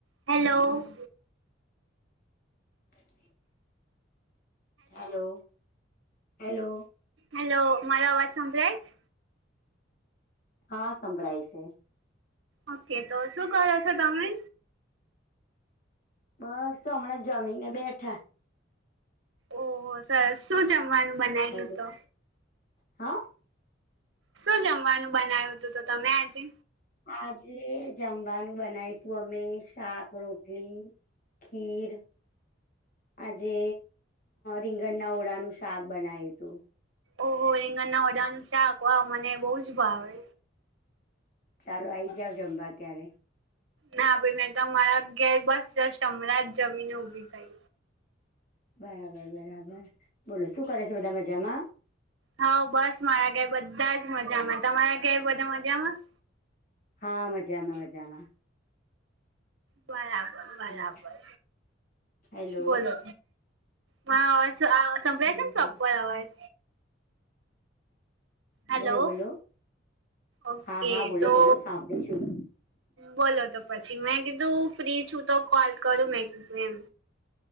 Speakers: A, on the right; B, on the left.
A: Hello.
B: <inaudible> Hello hello.
A: Hello મારો અવાજ સંભળાય છ?
B: હા સંભળાય છે.
A: ઓકે તો શું કરો છો તમે?
B: બસ તો હમણાં જમીને બેઠા.
A: ઓહો સરસ શું જમવાનું બનાયલું
B: હલો
A: તો.
B: હા.
A: શું જમવાનું બનાવ્યું હતું તો તમે આજે.
B: આજે જમવાનું બનાયુ તું અમે શાક-રોટલી ખીર આજે રીંગણના ઓળાનું શાક બનાયું તું.
A: ઓહો રીંગણ ના ઓદાનુ શાક વાહ મને બહુ જ ભાવે.
B: ચાલો આઈ જાવ જમવા ત્યારે.
A: ના ભાઈ મેં તો મારા ઘેર બસ જસ્ટ હમણા જ જમીન ઊભી થઈ.
B: બરાબર બરાબર બોલો શું કરે છે બધા મજામાં.
A: હઓ બસ મારા ઘેર બધ્ધા જ મજામાં તમારા ઘેર બધા મજામાં.
B: હા મજામાં મજામાં.
A: બરાબર બલાબર
B: હમ હેલો
A: બોલો. હ અ સંભળાય
B: હમ
A: છે ને પ્રોપ્પર અવાજ. હેલો
B: બોલો બોલો
A: ઓકે
B: હા હા બોલો
A: તો
B: બોલો સાંભળીશું.
A: બોલો તો પછી મેં કીધું ફ્રી છું તો કોલ કરું મેં કીધું એમ.